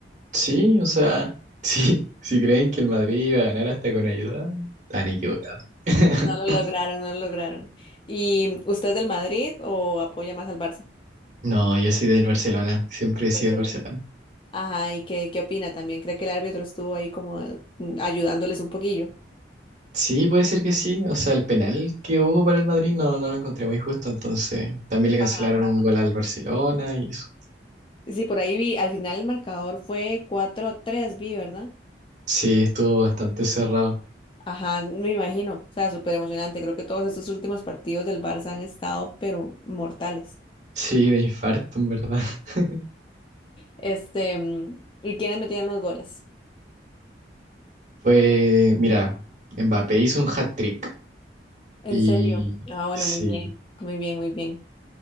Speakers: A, on the right (about 40°); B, on the left (about 30°).
A: Sí, o sea, <laughs> sí, si creen que el Madrid iba a ganar hasta con ayuda, están equivocados. <laughs>
B: No lo lograron, no lo lograron. ¿Y usted es del Madrid o apoya más al Barça?
A: No, yo soy del Barcelona, siempre he sido
B: Barcelona.
A: del Barcelona.
B: Ajá, ¿y qué, qué opina también? ¿Cree que el árbitro estuvo ahí como mm, ayudándoles un poquillo?
A: Sí, puede ser que sí. O sea, el penal que hubo para el Madrid no, no lo encontré muy justo. Entonces, también le cancelaron
B: Ajá.
A: un gol al Barcelona y eso.
B: Sí, por ahí vi, al final el marcador fue cuatro tres, vi, ¿verdad?
A: Sí, estuvo bastante cerrado.
B: Ajá, me imagino. O sea, súper emocionante. Creo que todos estos últimos partidos del Barça han estado, pero mortales.
A: <laughs> Sí, de infarto, en verdad. <laughs>
B: Este, mm, ¿y quiénes metían los goles?
A: Fue, mira, Mbappé hizo un hat-trick.
B: ¿En
A: Y
B: serio? Ah, bueno,
A: sí.
B: muy bien, muy bien, muy bien.